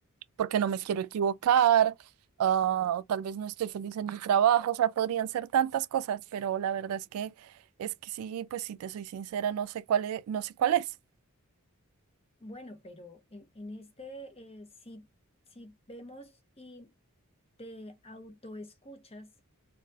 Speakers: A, on the right (about 70°); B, on the left (about 25°).
A: porque no me quiero equivocar, ah, o tal vez no estoy feliz en mi trabajo, o sea, podrían ser tantas cosas, pero la verdad es que es que sí, pues si te soy sincera, no sé cuál es, no sé cuál es.
B: Bueno, pero en, en este, eh, si, si vemos y te autoescuchas,